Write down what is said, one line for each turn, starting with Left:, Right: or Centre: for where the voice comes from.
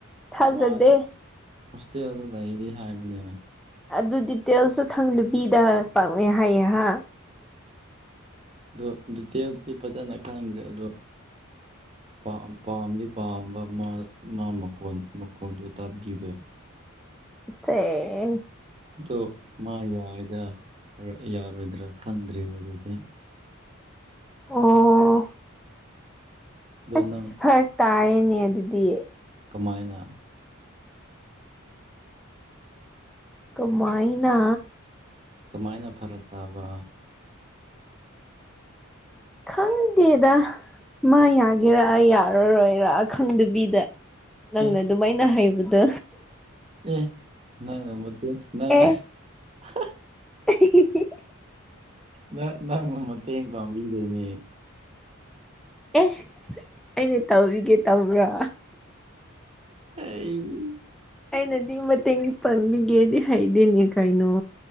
Centre: ꯊꯥꯖꯗꯦ
Right: ꯃꯥ ꯍꯣꯁꯇꯦꯜꯗ ꯂꯩꯔꯤ ꯍꯥꯏꯕꯅꯦ꯫
Centre: ꯑꯗꯨ ꯗꯤꯇꯦꯜꯁꯁꯨ ꯈꯪꯗꯕꯤꯗ ꯄꯥꯛꯃꯦ ꯍꯥꯏꯌꯦ ꯍꯥ
Right: ꯑꯗꯣ ꯗꯤꯇꯦꯜꯗꯤ ꯐꯖꯅ ꯈꯪꯗ꯭ꯔꯦ ꯑꯗꯣ ꯄꯥꯝ ꯄꯥꯝꯗꯤ ꯄꯥꯝꯕ ꯃꯥ ꯃꯥ ꯃꯈꯣꯟ ꯃꯈꯣꯟꯗꯨꯣ ꯇꯥꯕꯈꯤꯕꯩ
Centre: <unintelligible>
Right: ꯑꯗꯣ ꯃꯥ ꯌꯥꯗ ꯌꯥꯔꯣꯏꯗ꯭ꯔꯥ ꯈꯪꯗ꯭ꯔꯤꯕ ꯑꯗꯨꯗꯤ
Centre: ꯑꯣ
Right: ꯑꯗꯣ
Centre: ꯑꯁ
Right: ꯅꯪ
Centre: ꯐꯔꯛ ꯇꯥꯅꯦ ꯑꯗꯨꯗꯤ
Right: ꯀꯃꯥꯏꯅ
Centre: ꯀꯃꯥꯏꯅꯥ
Right: ꯀꯃꯥꯏꯅ ꯐꯔꯛ ꯇꯥꯕ <unintelligible>
Centre: ꯈꯪꯗꯦꯗ ꯃꯥ ꯌꯥꯒꯦꯔꯥ ꯌꯥꯔꯔꯣꯏꯔ ꯈꯪꯗꯕꯤꯗ ꯅꯪꯅ
Right: ꯑꯦ
Centre: ꯑꯗꯨꯃꯥꯏꯅ ꯍꯩꯕꯗꯨ
Right: ꯑꯦ ꯅꯪꯅꯥ ꯃꯇꯦꯡ ꯅꯪꯅꯥ
Centre: ꯑꯦ
Right: <unintelligible>
Centre: <unintelligible>
Right: ꯅ ꯅꯪ ꯃꯇꯦꯡ ꯄꯥꯡꯕꯤꯗꯣꯏꯅꯦ
Centre: ꯑꯦ ꯑꯅꯦ ꯇꯧꯔꯤꯒꯦ ꯇꯧꯕ꯭ꯔꯣ
Right: ꯑꯩ <unintelligible>
Centre: ꯑꯩꯅꯗꯤ ꯃꯇꯦꯡ ꯄꯥꯡꯕꯤꯒꯦꯗꯤ ꯍꯩꯗꯦꯅꯦ ꯀꯩꯅꯣ